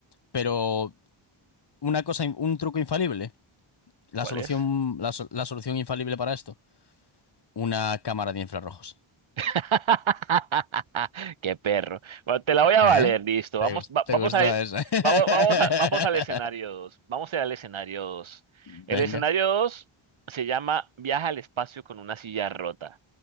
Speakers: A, on the left; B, on the right.
A: Pero una cosa, in- un truco infalible, la
B: ¿cuál
A: solución,
B: es?
A: la so- la solución infalible para esto, una cámara de infrarrojos.
B: <laughs> Qué perro. Bueno, te la voy a
A: ¿Eh?
B: valer, listo.
A: ¿Te,
B: Vamos,
A: gus-
B: va-
A: te
B: vamos
A: gustó
B: a,
A: eso? <laughs>
B: vamos, vamos a- vamos al escenario 2. Vamos a ir al escenario 2.
A: Venga.
B: El escenario 2 se llama Viaja al espacio con una silla rota.